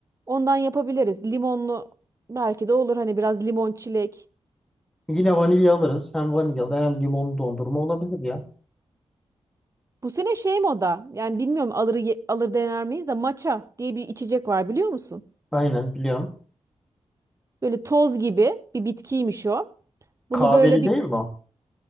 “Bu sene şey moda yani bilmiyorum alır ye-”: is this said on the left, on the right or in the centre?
Right